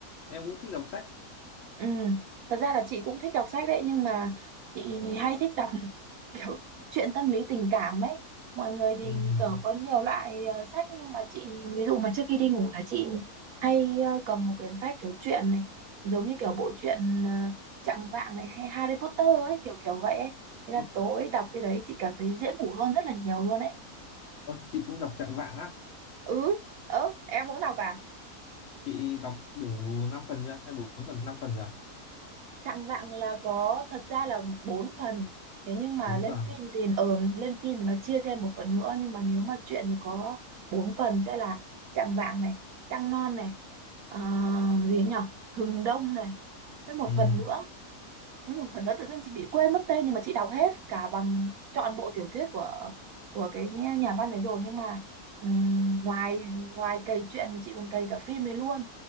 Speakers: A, on the left; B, on the right.
A: em cũng thích đọc sách
B: ừ thật ra là chị cũng thích đọc sách đấy nhưng mà chị hay thích đọc <laughs> kiểu chuyện tâm lý tình cảm ấy mọi người thì
A: Ừm.
B: kiểu có nhiều loại ờ, sách ấy, nhưng mà chị ví dụ mà trước khi đi ngủ là chị hay ờ, cầm một quyển sách kiểu truyện này giống như kiểu bộ truyện uh, Trạng Vạng này hay Harry Potter ấy kiểu kiểu vậy ấy thế là
A: Ơ,
B: tối đọc cái đấy chị cảm thấy dễ ngủ hơn rất là nhiều luôn ấy
A: ơ, chị cũng đọc Trạng Vạng á
B: ừ ớ em cũng đọc à
A: chị đọc đủ 5 phần chưa hay 4 phần 5 phần chưa
B: Chạng vạng là có thật ra là bốn phần thế nhưng mà
A: bốn
B: lên
A: phần
B: phim thì ờ lên phim thì nó chia thêm một phần nữa nhưng mà nếu mà truyện thì có bốn phần sẽ là Chạng vạng này Trăng non này ờ, gì nhỉ Hừng đông này với một
A: Ừm,
B: phần nữa với một phần nữa tự dưng chị bị quên mất tên nhưng mà chị đọc hết cả bằng trọn bộ tiểu thuyết của của cái nhà nhà văn này rồi nhưng mà ừm, ngoài ngoài cày truyện chị còn cày cả phim đấy luôn